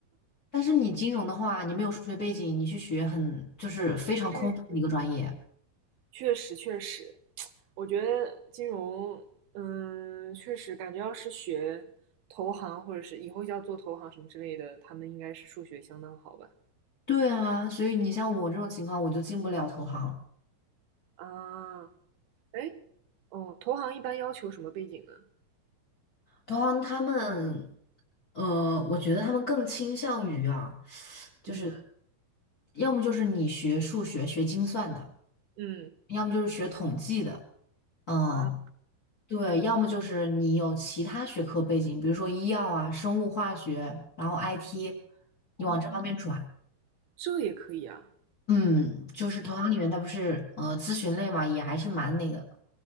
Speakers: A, on the left (about 40°); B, on the right (about 75°).
A: 但是你金融的话，你没有数学背景，你去学很就是非常空泛的一个专业。
B: 嗯确实，确实，我觉得金融，嗯，确实感觉要是学投行或者是以后要做投行什么之类的，他们应该是数学相当好吧？
A: 对啊，所以你像我这种情况，我就进不了投行。
B: 啊，哎，哦，投行一般要求什么背景呢？
A: 投行他们，呃，我觉得他们更倾向于啊。就是
B: 嗯
A: 要么就是你学数学、学精算的，
B: 嗯
A: 要么就是学统计的，嗯，
B: 啊，
A: 对，要么就是你有其他学科背景，比如说医药啊、生物化学，然后 IT，你往这方面转。
B: 哦，这也可以啊。
A: 嗯，就是投行里面它不是呃咨询类嘛，也还是蛮那个的。